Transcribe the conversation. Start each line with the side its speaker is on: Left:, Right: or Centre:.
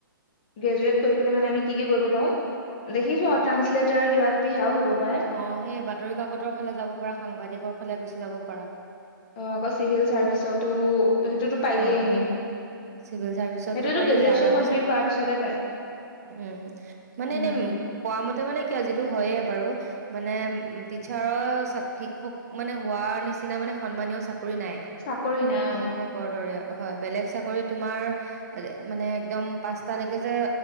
Right: অ',
Left: গ্ৰেজুৱেট কৰি পেলাই মানে আমি। কি কি কৰিব পাৰো। দেখিছো
Right: উম,
Left: ট্ৰানসলেটৰ কিবা কিবি। বিহাও হ'ব। পাৰে
Right: অ সেই বাতৰি কাকতৰ ফালে যাব পাৰা সাংবাদিকৰ। ফালে গুচি যাব পাৰা।
Left: অ আকৌ চিভিল চাৰ্ভিচতো। সেইটোতো পায়েই
Right: অ
Left: এনেও
Right: চিভিল চাৰ্ভিচতটো
Left: সেইটোৱেতো
Right: পাৰি
Left: গ্ৰেজুৱেচন
Right: আৰামছে
Left: কমপ্লিট
Right: পাৰি
Left: কৰাৰ পিছতহে পায়।
Right: উম মানে
Left: উম,
Right: এনে কোৱা মতে মানে কি আৱ যিটো। হয়ে বাৰু মানে টিচাৰৰ শিক্ষক মানে হোৱাৰ নিচিনা মানে সন্মানীয় চাকৰি। নাই।
Left: চাকৰি নাই অ
Right: শিক্ষকৰ হয় বেলেগ চাকৰি তোমাৰ মানে একদম পাঁচটালৈকে যে